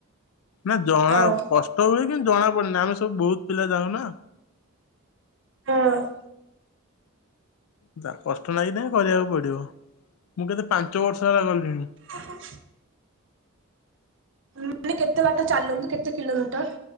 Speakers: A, on the left (about 75°); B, on the right (about 55°).
A: ନା ଜଣା
B: ହଁ
A: କଷ୍ଟ- କଷ୍ଟହୁଏ କିନ୍ତୁ ଜଣାପଡେନା ଆମେ ସବୁ ବହୁତ ପିଲା ଯାଉ ନା।
B: ହଁ <inaudible>
A: ଦା କଷ୍ଟ ନାଗିନେ ବି କରିବାକୁ ପଡିବ। ମୁଁ କେତେ ପାଞ୍ଚ ବର୍ଷ ହେଲା ଗଲିଣି।
B: ଆହା ମାନେ କେତେ ବାଟ ଚାଲନ୍ତୁ? କେତେ କିଲୋମିଟର?